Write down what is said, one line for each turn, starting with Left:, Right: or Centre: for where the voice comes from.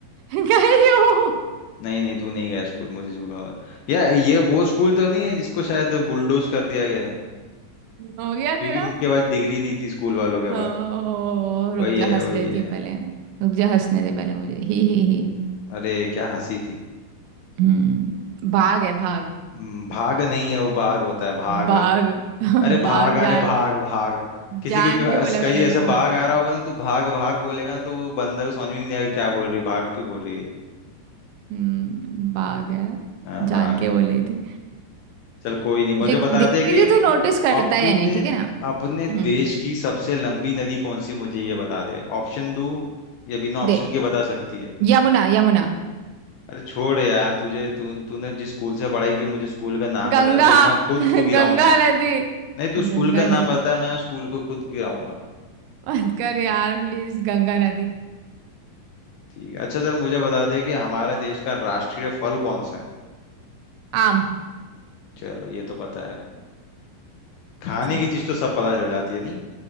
Right: गई हो
Left: नहीं नहीं तू नहीं गया स्कूल मुझे झूठ मत बता। यार ये वो स्कूल तो नहीं है जिसको शायद बुलडोज कर दिया गया है
Right: हो गया
Left: क्योंकि
Right: तेरा
Left: उनके पास डिग्री नहीं थी स्कूल वालों के
Right: हो
Left: पास
Right: रुक
Left: वही
Right: जा
Left: है
Right: हंस
Left: वही
Right: लेती हूँ
Left: है
Right: पहले रुक जा हंसने दे पहले मुझे ही ही ही
Left: अरे क्या हंसी थी
Right: हम्म भाग है भाग
Left: हम्म, भाग नहीं है वो बाघ होता है भाग
Right: भाग
Left: अरे भाग
Right: भाग
Left: अरे
Right: <laughs> जान
Left: भाग भाग किसी
Right: जान
Left: के
Right: के बोला
Left: कहीं
Right: मैंने
Left: ऐसे
Right: भाग
Left: बाघ आ रहा होगा ना तू भाग भाग बोलेगा ना तो वो बंदर को समझ में नहीं आएगा क्या बोल रही है भाग क्यों बोल रही है
Right: हम्म भाग है
Left: हाँ भाग
Right: जान के बोल रही थी
Left: चल कोई नहीं मुझे
Right: देख
Left: बता
Right: देख
Left: दे
Right: रही
Left: कि
Right: थी तो नोटिस करता
Left: अपने
Right: है या नहीं ठीक है ना
Left: अपने
Right: हम्म
Left: देश की सबसे लंबी नदी कौन सी मुझे ये बता दे ऑप्शन दू या बिना ऑप्शन
Right: दे
Left: के बता सकती है
Right: यमुना यमुना
Left: अरे छोड़ यार तुझे तू तूने जिस स्कूल से पढ़ाई की मुझे स्कूल का नाम
Right: गंगा
Left: बता दे मैं खुद
Right: <laughs>
Left: उसको गिराऊंगा
Right: गंगा नदी
Left: नहीं तू
Right: गंगा
Left: स्कूल का नाम
Right: नदी
Left: बता मैं उस स्कूल को खुद गिराऊंगा
Right: मत कर यार प्लीज गंगा नदी
Left: ठीक है अच्छा चल मुझे बता दे कि हमारे देश का राष्ट्रीय फल कौन सा है
Right: आम
Left: चलो ये तो पता है खाने
Right: सही
Left: की
Right: है
Left: चीज तो सब पता चल जाती है नहीं